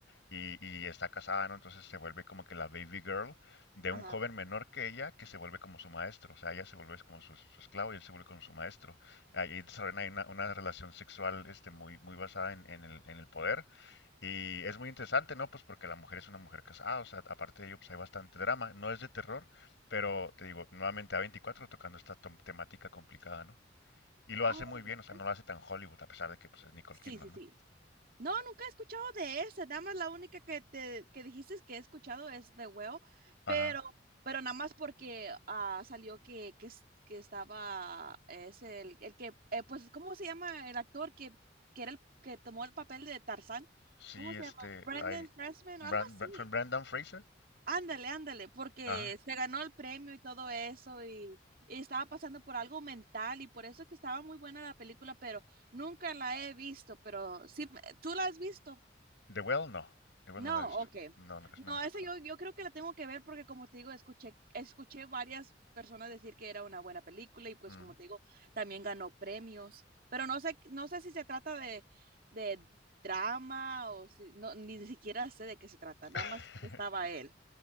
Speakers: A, on the left (about 75°); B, on the right (about 50°).
A: y, y está casada, ¿no? Entonces se vuelve como que la baby girl de
B: ajá.
A: un joven menor que ella que se vuelve como su maestro. O sea, ella se vuelve como su, su esclavo y él se vuelve como su maestro. Ahí desarrollan ahí una, una relación sexual este, muy, muy basada en, en el, en el poder. Y es muy interesante, ¿no? Pues porque la mujer es una mujer casada, o sea, aparte de ello, pues hay bastante drama. No es de terror, pero te digo, nuevamente A24 tocando esta tom- temática complicada, ¿no? Y lo
B: Oh,
A: hace muy bien,
B: ok.
A: o sea, no lo hace tan Hollywood, a pesar de que pues es Nicole
B: Sí,
A: Kidman,
B: sí, sí.
A: ¿no?
B: No, nunca he escuchado de esa. Nada más la única que te que dijiste que he escuchado es de huevo,
A: Ajá.
B: pero, pero nada más porque ah, salió que, que, es- que estaba, es el, el que, eh, pues, ¿cómo se llama el actor que, que era el que tomó el papel de Tarzán?
A: Sí,
B: ¿Cómo se
A: este,
B: llama? Brendan
A: hay
B: Freshman
A: Bran-
B: o algo así.
A: Bran- Fran- Brandon Fraser.
B: Ándale, ándale, porque
A: Ajá.
B: se ganó el premio y todo eso y, y estaba pasando por algo mental y por eso que estaba muy buena la película, pero nunca la he visto, pero sí, me- ¿tú la has visto?
A: The Well, no. The Well
B: No,
A: no la he visto.
B: ok.
A: No, no, casi no
B: No,
A: me ha
B: esa
A: tocado.
B: yo, yo creo que la tengo que ver porque como te digo, escuché, escuché varias personas decir que era una buena película y pues
A: Ujú.
B: como te digo, también ganó premios. Pero no sé, no sé si se trata de, de drama o si, no, ni siquiera sé de qué se trata, nada
A: <laughs>
B: más que estaba él.